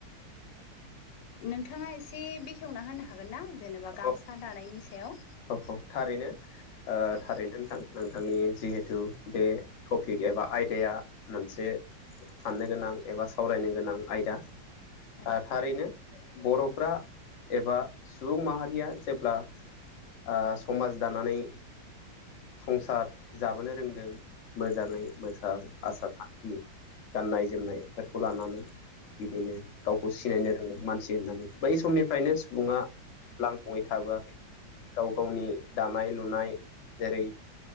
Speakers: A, on the left; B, on the left.
A: नोंथाङा एसे बेखेवना होनो हागोन ना जेनेबा गामसा
B: औ
A: दानायनि सायाव।
B: औ औ थारैनो
A: औ
B: थारैनो नोंथां नोंथांनि जिहेथु बे टपिक एबा आयदाया मोनसे साननो गोनां एबा सावरायनो गोनां आयदा।
A: औ
B: ओ थारैनो बर'फ्रा एबा सुबुं माहारिया जेब्ला ओ समाज दानानै संसार जाबोनो रोंदों मोजाङै मोजां आसार खान्थि गाननाय जोमनायफोरखौ लानानै बिदिनो गावखौ सिनायनो रोंदों मानसि होननानै बै समनिफ्रायनो सुबुङा लांथङै थाबोआखै गाव गावनि दानाय लुनाय जेरै